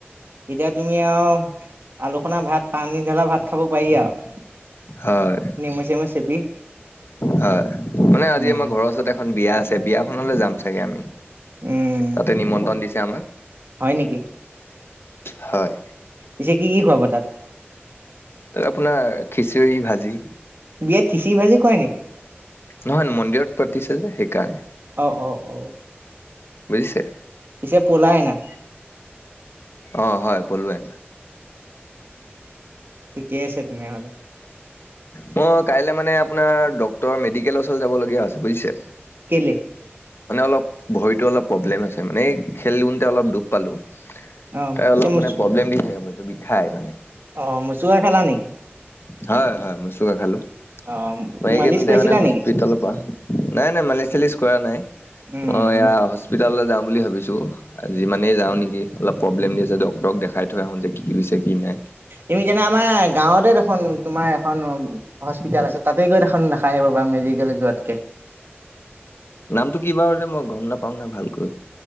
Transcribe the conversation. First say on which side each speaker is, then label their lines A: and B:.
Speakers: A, on the right; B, on the left.
A: এতিয়া তুমি আৰু আলুখনৰ ভাত পানী ঢালা ভাত খাব পাৰি আৰু। <unintelligible>
B: হয়
A: নেমু সেমু চেপি
B: হয় মানে আজি
A: উম
B: আমাৰ ঘৰৰ ওচৰত এখন বিয়া আছে বিয়াখনলৈ যাম চাগে আমি
A: উম
B: তাতে নিমন্ত্ৰণ দিছে আমাক
A: হয় নেকি
B: হয়
A: পিছে কি কি খুৱাব তাত?
B: ত আপোনাৰ খিচিৰি, ভাজি
A: বিয়াত খিচিৰি ভাজি খুৱাই নেকি
B: নহয় মন্দিৰত পাতিছে যে সেইকাৰণে।
A: অ অ অ
B: বুজিছে।
A: পিছে পলাই অনা।
B: অ হয় পলোৱাই অনা
A: ঠিকেই আছে তেনেহ'লে।
B: মই কাইলৈ মানে আপোনাৰ ডক্তৰ মেডিকেল ওচৰত যাব লাগে বুজিছে।
A: কেলে
B: মানে অলপ ভৰিতো অলপ প্ৰব্লেম আছে মানে খেলি থাকোঁতে অলপ দুখ পালো
A: অ
B: তাই
A: পিছে
B: অলপ
A: মচ
B: মানে প্ৰব্লেম দি থাকে ভৰিত খায় মানে
A: অ মচুৰা খালা নেকি
B: হয় হয় খালো
A: অ
B: মই এইকেইদিনতে
A: মালিচ কৰিছিলা
B: মানে হস্পিতেলৰ
A: নেকি
B: পৰা নাই নাই মালিচ চালিচ কৰা নাই
A: উম
B: মই এয়া হস্পিতাললৈ যাও বুলি ভাবিছো আজি মানেই যাও নেকি অলপ প্ৰব্লেম দি আছে ডক্তৰক দেখাই থৈ আহো যে কি হৈছে। কি নাই।
A: তুমি জানা আমাৰ গাঁৱতে দেখ খন তোমাৰ এখন হস্পিতাল আছে তাতে গৈ দেখোন দেখাই আহিব পাৰা মেডিকেল যোৱাতকে।
B: নামটো কি বাও যে মই গম নাপাও নহয় ভালকৈ।